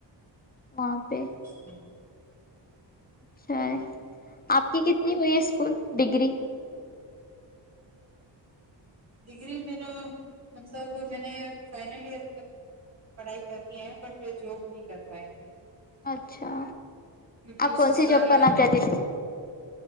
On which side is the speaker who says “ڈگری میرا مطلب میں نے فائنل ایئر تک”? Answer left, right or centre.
Right